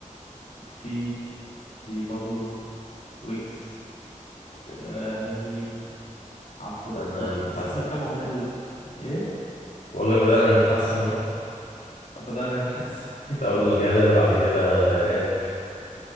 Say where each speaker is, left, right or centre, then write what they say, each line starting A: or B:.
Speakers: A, on the left; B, on the left.
A: في بابلو ويجز
B: جميل
A: آه ميم ميم عفروتو
B: بدأنا نتحسن
A: بس اخر كام اغنيه ال... ايه
B: بقول لك بدأنا نتحسن اهو
A: بدانا نتحسن
B: الاول الجدل وبعد كده راب